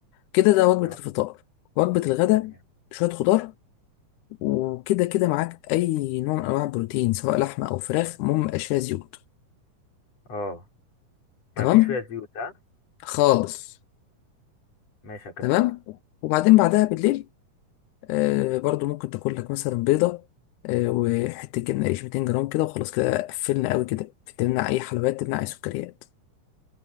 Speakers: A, on the left; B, on the left.
A: كده ده وجبة
B: اه
A: الفطار وجبة الغداء
B: تمام
A: شوية خضار وكده كده معاك أي نوع من أنواع البروتين سواء لحمة أو فراخ المهم ميبقاش فيها زيوت
B: اه ما
A: تمام
B: فيش فيها زيوت ها
A: خالص
B: ماشي يا كابتن
A: تمام وبعدين بعدها بالليل آه برضو ممكن تاكل لك مثلا بيضة آه وحتة جبنة قريش 200 جرام كده وخلاص كده قفلنا قوي كده تمنع أي حلويات تمنع أي سكريات